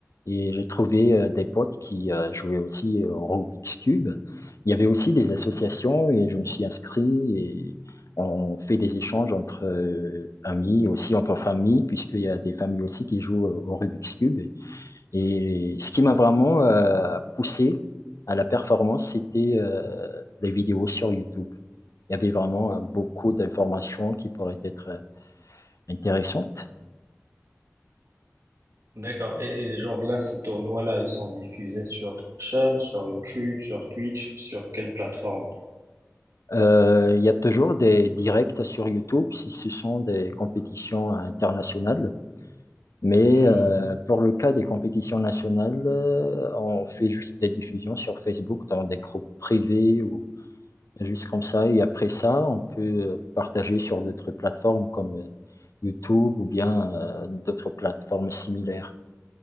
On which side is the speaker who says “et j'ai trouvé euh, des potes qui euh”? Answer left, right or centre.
Left